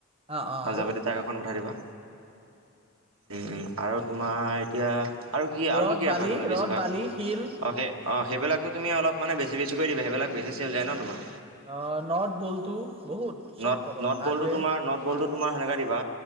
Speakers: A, on the right; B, on the right.
A: অ' অ'
B: পাঞ্জাৱতী
A: আৰু
B: ট্ৰাক এখন পঠাই দিবা উম - উম আৰু তোমাৰ এতিয়া আৰু কি আৰু
A: ৰদ
B: কি কি
A: বালি
B: ৰাখা তুমি বেছিভাগ
A: ৰদ বালি শিল
B: অ' সেই অ' সেইবিলাক তুমি অলপানে বেছি বেছি কৈ দিবা, সেইবিলাক বেছিকৈ চেল যায় ন তোমাৰ।
A: অ নথ বলটোু বহুত চব
B: নট
A: পাবা
B: নট
A: হাৰ্ডৱে।
B: বলটো তোমাৰ নট বলটো তোমাৰ সেনেকা দিবা